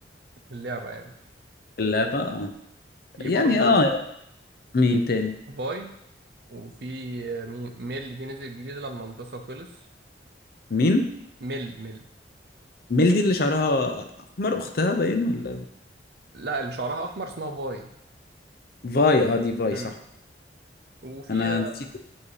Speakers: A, on the right (about 60°); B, on the left (about 55°).
A: في اللعبة يعني
B: اللعبة اه
A: في
B: يعني
A: برضه
B: اه مين تاني
A: باي وفي آه، مين ميل دي نزل جديد لما المسلسل خلص
B: مين
A: ميل ميل
B: ميلدي اللي شعرها احمر اختها باين ولا
A: لا اللي شعرها احمر اسمها باي
B: فاي اه دي فاي
A: مم.
B: صح
A: وفي
B: انا
A: آه،
B: نسيت